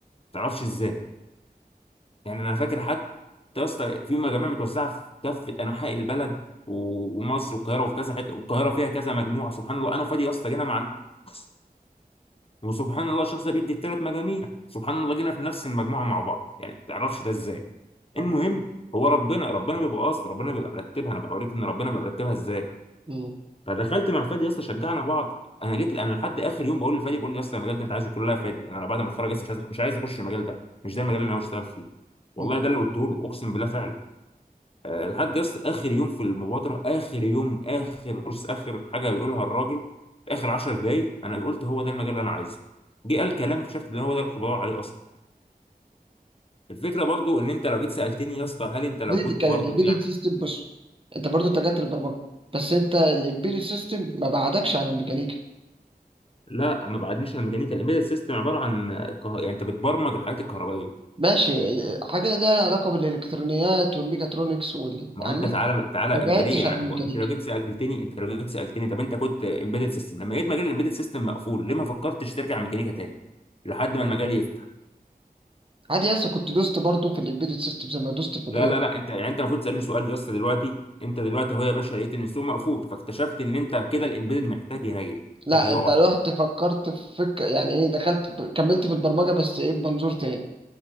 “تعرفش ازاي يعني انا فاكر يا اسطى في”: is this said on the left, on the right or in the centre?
Left